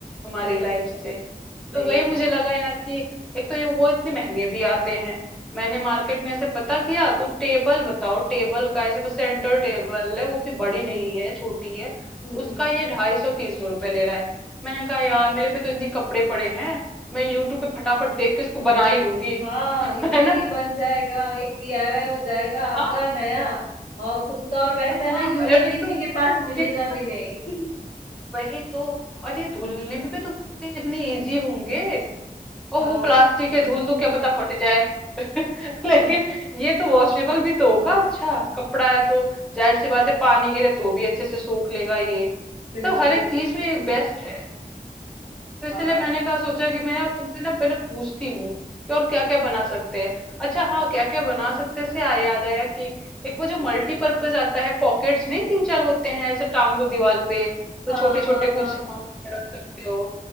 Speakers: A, in the centre; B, on the left.
A: हमारी
B: सही
A: लाइफ
B: है
A: से
B: सही
A: तो वही
B: है
A: मुझे लगा यार कि एक तो ये वो इतने महंगे भी आते हैं मैंने मार्केट में ऐसे पता किया तो टेबल बताओ टेबल का ऐसे बस सेंटर टेबल है वो भी बड़ी नहीं है छोटी है
B: हम्म, हम्म।
A: उसका ये ढाई सौ तीन सौ रुपए ले रहा है मैंने कहा यार मेरे पे तो इतने कपड़े पड़े हैं मैं यूट्यूब पे फटाफट देख के इसको बना ही लूंगी
B: हाँ
A: <laughs>
B: इजीली
A: है ना
B: बन जाएगा एक डीआईवाई हो जाएगा आपका
A: हाँ
B: नया और खुद का और वैसा
A: हाँ
B: है ना यूनिक
A: और एक
B: किसी
A: तो
B: के पास मिलेगा
A: कितना
B: भी नहीं
A: वही तो और ये धुलने में भी तो कितने इजी होंगे और
B: <laughs> हाँ
A: वो प्लास्टिक है धुल दूं क्या पता फट जाए <laughs> लेकिन ये तो वॉशेबल भी तो होगा अच्छा कपड़ा है तो जाहिर सी बात है पानी गिरे तो भी अच्छे से सोख लेगा ये
B: बिल्कुल
A: तो हर एक चीज में बेस्ट है तो इसलिए
B: हाँ
A: मैंने कहा सोचा कि मैं यार तुमसे ना पहले पूछती हूँ कि और क्या क्या बना सकते हैं अच्छा हाँ क्या क्या बना सकते हैं से आ याद आया कि एक वो जो मल्टीपर्पज आता है पॉकेट्स नहीं तीन चार होते हैं ऐसे टांग दो दीवार पे
B: हाँ
A: तो छोटे छोटे
B: हाँ हाँ हाँ
A: कुछ सामान
B: हाँ
A: उसमें रख सकते हो